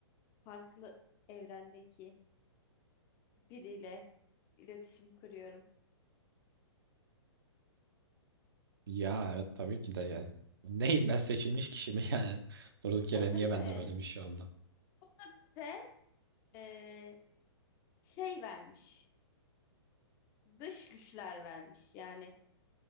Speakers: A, on the left (about 20°); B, on the right (about 55°).
A: farklı evrendeki biriyle iletişim kuruyorum.
B: Ya evet tabii ki de yani. Neyim ben seçilmiş kişi mi yani? <laughs> Durduk yere
A: E, değil
B: niye bende
A: mi?
B: böyle bir şey oldu?
A: Bu da bize e, şey vermiş. Dış güçler vermiş. Yani